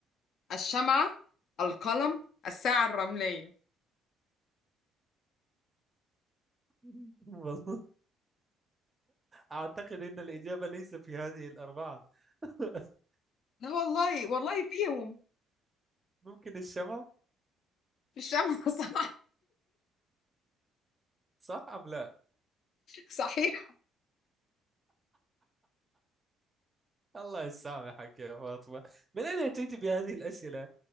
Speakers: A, on the left; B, on the right.
A: الشمعة القلم الساعة الرملية
B: <laughs> والله أعتقد أن الإجابة ليس في هذه الأربعة <laughs>
A: لا والله والله فيهم
B: ممكن الشمع
A: الشمعة <laughs> صح
B: صح أم لا؟
A: صحيح
B: الله يسامحك يا فاطمة من أين أتيت بهذه الأسئلة؟